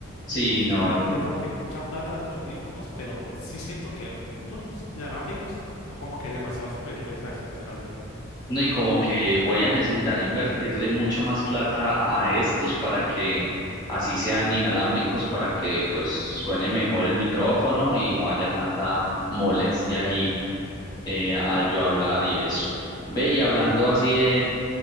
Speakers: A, on the left; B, on the left.
A: Sí,
B: Y yo no quisiera
A: no.
B: invertirle como que mucha plata a esos audífonos, pero sí siento que unos inalámbricos son como que demasiado superiores a esos de cable.
A: No, y como que voy a necesitar invertirle mucha más plata a estos para que así sean inalámbricos, para que pues suene mejor el micrófono y no haya tanta molestia ahí eh, al yo hablar y eso. Ve, y hablando así de,